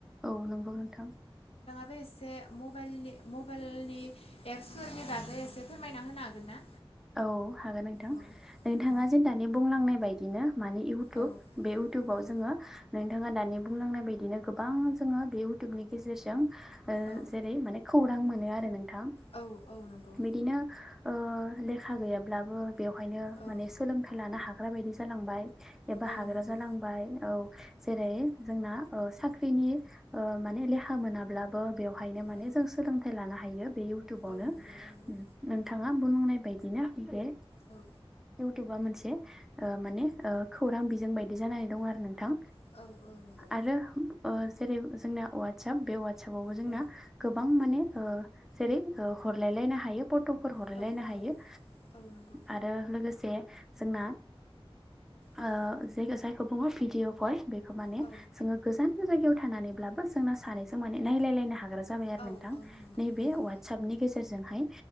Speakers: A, in the centre; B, on the left.
A: औ नंगौ नोंथां
B: बो एसे माबाइलनि मबाइलनि एप्सफोरनि बागै एसे फोरमायना होनो हागोन ना
A: औ हागोन नोंथां
B: औ
A: नोंथाङा
B: औ
A: जेन दानि बुंलांनाय बायदिनो माने इउटुब
B: औ
A: बे इउटुबाव
B: औ
A: जोङो नोंथाङा दानि बुंलांनाय बायदिनो गो बां जोङो बे इउटुबनि गेजेरजों ओ
B: औ
A: जेरै माने खौरां मोनो आरो नों थां
B: औ औ नंगौ
A: बिदिनो ओ लेखा गैयाब्लाबो बेवहायनो
B: औ
A: माने सोलोंथाइ लानो हाग्रा बायदि जालांबाय एबा
B: औ
A: हाग्रा
B: नंगौ
A: जालांबाय औ जेरै जोंना साख्रिनि माने लेहा मोनाब्लाबो बेवहायनो माने
B: औ
A: जों सोलोंथाइ लानो हायो बे इउटुबावनो
B: औ नंगौ नंगौ
A: नोंथाङा बुंनाय बदिनो बे
B: उम
A: इउटुबा मोनसे ओ माने ओ खौरां बिजों बायदि जानानै दं आरो नोंथां
B: औ औ नंगौ
A: आरो ओ जेरै जोंना वाटसाप बे वाटसापावबो जोंना
B: औ
A: गोबां माने ओ जेरै हरलायलायनो हायो फट'फोर हरलायलायनो
B: औ औ
A: हायो ओ
B: औ नंगौ
A: आरो लोगोसे जोंना
B: औ
A: ओ जेखो जायखौ बुङो भिडिअ भय बेखौ माने
B: औ
A: जोङो गोजान जायगायाव थानानैब्लाबो जोंना सानैजों माने नायलायलायनो हाग्रा जाबाय आरो
B: औ
A: नोंथां
B: नंगौ
A: नैबे
B: नंगौ
A: वाटसापनि गेजेरजोंहाय